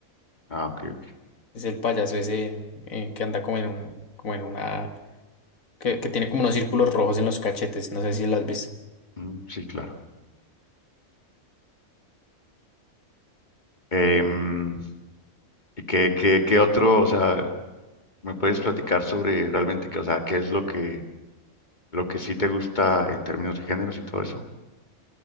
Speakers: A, on the left (about 35°); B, on the left (about 75°).
A: Ah, ok, ok.
B: Es el payaso ese eh, que anda como en un, como en una, que, que tiene como unos círculos rojos en los cachetes. No sé si lo has visto.
A: Mm, sí, claro. Em, ¿Y qué, qué, qué otro, o sea, me puedes platicar sobre realmente, que, o sea, qué es lo que, lo que sí te gusta en términos de géneros y todo eso?